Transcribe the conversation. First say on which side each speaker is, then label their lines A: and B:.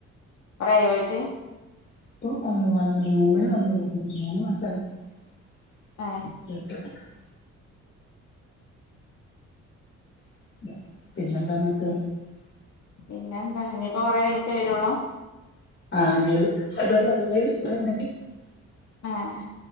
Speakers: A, on the left; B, on the left.
A: കുറേ ആയോ പോയിട്ട്
B: <inaudible> <inaudible>
A: ഏ
B: <inaudible> <inaudible>
A: പിന്നെ എന്താ ഇനി ഇപ്പം കുറേ കഴിഞ്ഞിട്ടേ വരുവൊള്ളൂ
B: <inaudible>
A: ആഹ്